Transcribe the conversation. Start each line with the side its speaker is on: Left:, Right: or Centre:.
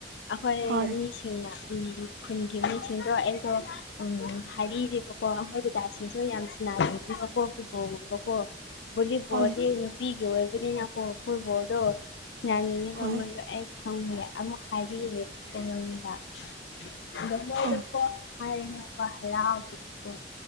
Left: ꯑꯩꯈꯣꯏ
Right: ꯍꯣꯏ
Left: ꯃꯤꯁꯤꯡꯅ ꯎ ꯈꯨꯟꯒꯤ ꯁꯤꯡꯗꯣ ꯑꯩꯗꯣ ꯍꯥꯏꯔꯤꯕꯀꯣ ꯑꯩꯣꯏ ꯗꯗꯥꯁꯤꯡꯁꯨ ꯌꯥꯝ ꯁꯟꯅꯕꯀꯣ ꯐꯨꯠꯕꯣꯜ ꯀꯣ ꯕꯨꯣꯂꯤꯕꯣꯗꯤ
Right: ꯍꯣꯏ
Left: ꯅꯨꯄꯤꯒꯤ ꯑꯣꯏꯕꯅꯤꯅꯀꯣ ꯐꯨꯕꯣꯜꯗꯣ ꯁꯅꯥꯅꯤꯅꯦꯕꯝꯣꯏꯁꯨꯣ
Right: ꯍꯣꯏ
Left: ꯑꯩ ꯈꯪꯍꯦ ꯑꯃꯨꯛ ꯍꯥꯏꯕꯤꯔꯦ ꯌꯨꯝꯗ ꯑꯗ ꯃꯣꯏꯗꯀꯣ
Right: ꯎꯝ
Left: ꯍꯥꯏꯅꯀ ꯍꯥꯏ ꯌꯥꯎꯕꯗ ꯐꯣ